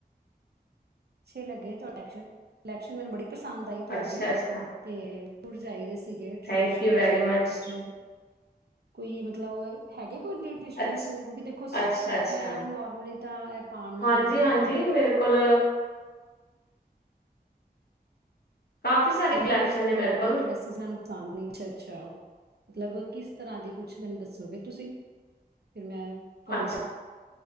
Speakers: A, on the right; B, on the left.
A: ਛੇ ਲੱਗੇ ਤੁਹਾਡੇ <unintelligible> ਇਲੈਕਸ਼ਨ ਮੈਨੂੰ ਬੜੀ ਪਸੰਦ ਆਈ ਤੁਹਾਡੀ
B: ਅੱਛਾ ਅੱਛਾ
A: ਤੇ ਫੂਟ ਚਾਹੀਦੇ ਸੀ ਸੀਗੇ ਟ੍ਰਡੀਸ਼ਨਲ
B: ਥੈਂਕ ਯੂ ਵੈਰੀ
A: ਚ
B: ਮਚ
A: ਮਤਲਬ ਕੋਈ ਮਤਲਬ ਹੈਗੇ। ਕੋਈ ਟ੍ਰਡੀਸ਼ਨਲ
B: ਅੱਛਾ
A: ਸੀ ਕਿਉਂਕਿ ਦੇਖੋ
B: ਅੱਛਾ ਅੱਛਾ
A: ਮੈਂ ਨੋਰਮਲੀ ਤਾਂ ਇਹ ਪਾਨ ਨੀ
B: ਹਾਂਜੀ
A: ਦਿੰਦੇ
B: ਹਾਂਜੀ
A: ਜਿੱਦਾਂ।
B: ਮੇਰੇ ਕੋਲ, ਕਾਫੀ ਸਾਰੀ
A: ਜਿਹੜੀ
B: ਕਲੈਕਸ਼ਨ ਹੈ ਮੇਰੇ
A: ਆਦੀ
B: ਕੋਲ
A: ਨੀ ਡਰੈਸੀਸ ਇੰਨਾ ਨੂੰ ਪਸੰਦ ਨੀ। ਅੱਛਾ ਮਤਲਬ ਕਿਸ ਤਰ੍ਹਾਂ ਦੀ ਕੁਛ ਮੈਨੂੰ ਦੱਸੋਗੇ ਤੁਸੀਂ ਫਿਰ ਮੈਂ ਤੁਹਾਨੂੰ
B: ਅੱਛਾ